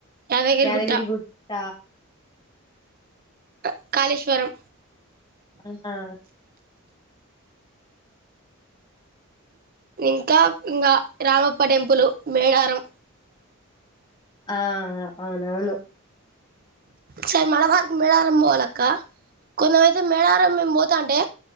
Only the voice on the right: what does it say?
యాదగిరిగుట్ట
క కాళేశ్వరం
ఇంకా ఇంకా రామప్ప టెంపులు మేడారం
సరే మళవారిక్ మేళారం పోవాలక్క కొంచమయితే మేళారం మేము పోతాంటే